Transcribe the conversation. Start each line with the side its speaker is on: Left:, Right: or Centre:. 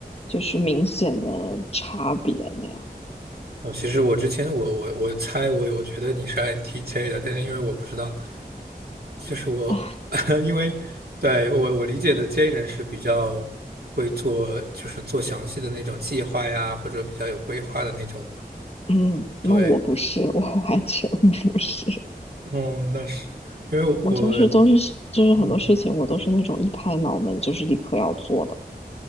Left: 就是明显的差别那样。
Right: 哦，其实我之前我我我猜我我觉得你是 INTJ 的，但是因为我不知道，就是我
Left: 啊，
Right: <laughs> 因为对我我理解的 J 人是比较会做，就是做详细的那种计划呀，或者比较有规划的那种嘛。
Left: 嗯，那我不是，
Right: 对，
Left: 我 <laughs> 完全不是，
Right: <laughs> 哦，那是因为我
Left: 我就是都是就是很多事情我都是那种一拍脑门就是立刻要做的。
Right: 嗯